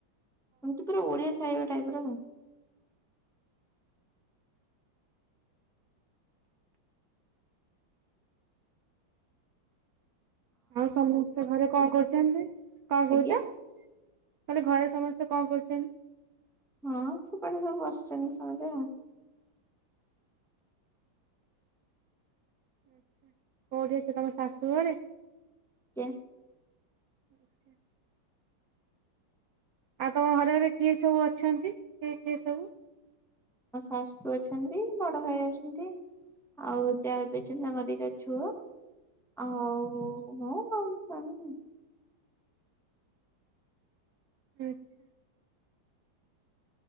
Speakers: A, in the centre; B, on the right (about 70°).
A: ଏମିତି ପୁରା ଓଡିଆ ଖାଇବା ଟାଇପ୍ ର ଆଉ।
B: ଆଉ ସମସ୍ତେ ଘରେ କଣ କରୁଛନ୍ତି କଣ
A: ଆଜ୍ଞା
B: କହୁଛ? ମାନେ ଘରେ ସମସ୍ତେ କଣ କରୁଛନ୍ତି?
A: ହଁ ସେପଟେ ସବୁ ବସିଛନ୍ତି ସମସ୍ତେ ଆଉ।
B: ଆଚ୍ଛା। କୋଉଠି ଅଛ ତମ ଶାଶୁ ଘରେ?
A: ଚ୍ୟାଂ।
B: ଆଚ୍ଛା। ଆଉ ତମ ଘରରେ କିଏ ସବୁ ଅଛନ୍ତି କିଏ କିଏ ସବୁ?
A: ମୋ ଶାଶୁ ଅଛନ୍ତି ବଡ ଭାଇ ଅଛନ୍ତି। ଆଉ ଯା ବି ଅଛନ୍ତି ତାଙ୍କର ଦିଟା ଝୁଅ। ଆଉ ମୁଁ ମୋ ସ୍ବାମୀ।
B: ଆଚ୍ଛା।